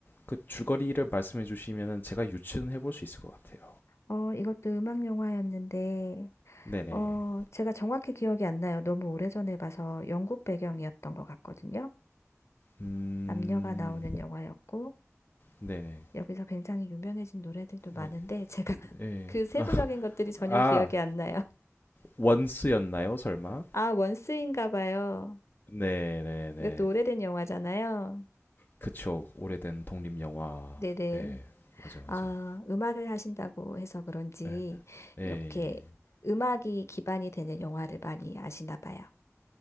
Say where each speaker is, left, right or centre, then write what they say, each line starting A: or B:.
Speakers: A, on the left; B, on the left.
A: 그 줄거리를 말씀해 주시면은 제가 유추는 해볼 수 있을 것 같아요.
B: 어, 이것도 음악 영화였는데,
A: 네네,
B: 어, 제가 정확히 기억이 안 나요. 너무 오래전에 봐서 영국 배경이었던 것 같거든요.
A: 음,
B: 남녀가 나오는 영화였고,
A: 네네,
B: 여기서 굉장히 유명해진 노래들도 많은데,
A: 예,
B: 제가 <laughs>
A: 예.
B: 그 세부적인
A: <laughs>
B: 것들이 전혀
A: 아,
B: 기억이 안 나요.
A: 원스였나요, 설마?
B: 아, 원스인가 봐요.
A: 네, 네, 네.
B: 이것도 오래된 영화잖아요.
A: 그쵸. 오래된 독립 영화.
B: 네네.
A: 네, 맞아, 맞아.
B: 아, 음악을 하신다고 해서 그런지,
A: 네. 네.
B: 이렇게 음악이 기반이 되는 영화를 많이 아시나 봐요.